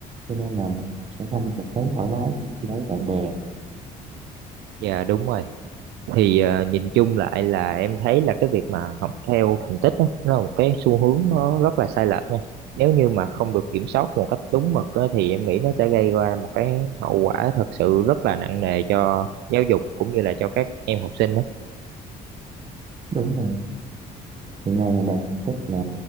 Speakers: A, on the right; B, on the right.
A: cho nên là mình sẽ không được thấy thoải mái như khi nói bạn bè
B: dạ đúng rồi thì à, nhìn chung lại là em thấy là cái việc mà học theo thành tích á, nó là một cái xu hướng nó rất là sai lệch nha nếu như mà không được kiểm soát một cách đúng mực á, thì em nghĩ nó sẽ gây ra một cái hậu quả thật sự rất là nặng nề cho giáo dục cũng như là cho các em học sinh đó
A: đúng rồi hiện nay là đạt thành tích là